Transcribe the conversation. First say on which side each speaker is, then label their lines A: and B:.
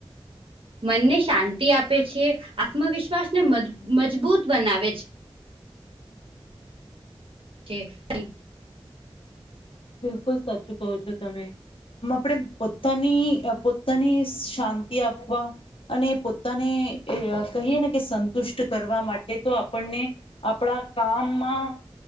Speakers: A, on the right (about 65°); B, on the left (about 65°).
A: મનને શાંતિ આપે છે આત્મવિશ્વાસને મજ મજબૂત બનાવે છે. કે કઈ
B: બિલકુલ સાચું કહો છો તમે આપડે પોતાની પોતાની શાંતિ આપવા અને પોતાને એ કહીએ ને કે સંતુષ્ટ કરવા માટે તો આપણને આપણા કામમાં